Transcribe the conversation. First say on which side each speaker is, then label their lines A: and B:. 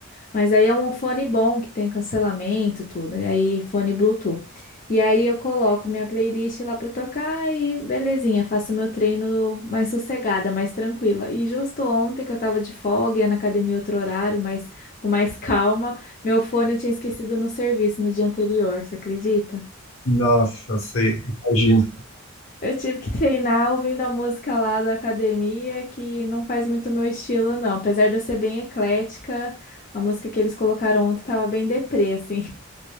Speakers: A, on the left (about 40°); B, on the left (about 70°).
A: Mas aí é um fone bom que tem cancelamento, tudo. E aí fone Bluetooth. E aí eu coloco minha playlist lá pra tocar e belezinha, faço meu treino mais sossegada, mais tranquila. E justo ontem que eu tava de folga, ia na academia outro horário, mas com mais <laughs> calma. Meu fone eu tinha esquecido no serviço no dia anterior, você acredita?
B: Nossa, você imagina.
A: Eu tive que treinar ouvindo a música lá da academia, que não faz muito meu estilo, não. Apesar de eu ser bem eclética, a música que eles colocaram ontem tava bem deprê, assim.